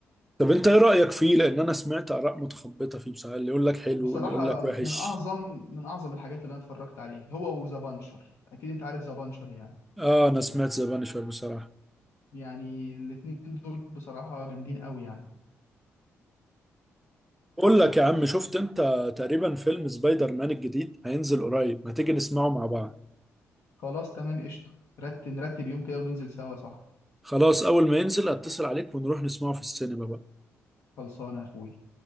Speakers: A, in the centre; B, on the left (about 65°).
A: طب انت ايه رأيك فيه؟ لان انا سمعت اراء متخبطة فيه بصراحة اللي يقول لك حلو
B: بصراحة
A: واللي يقول لك
B: من
A: وحش
B: أعظم من أعظم الحاجات اللي أنا اتفرجت عليها هو وذا بانشر أكيد أنت عارف ذا بانشر يعني
A: اه انا سمعت ذا بانشر بصراحة
B: يعني الاتنين دول بصراحة جامدين قوي يعني
A: بقول لك يا عم شفت انت تقريبا فيلم سبايدر مان الجديد هينزل قريب ما تيجي نسمعه مع بعض
B: خلاص تمام قشطة رتب نرتب يوم كده وننزل سوا صح
A: خلاص اول ما ينزل اتصل عليك ونروح نسمعه في السينما بقى
B: خلصانه يا اخوي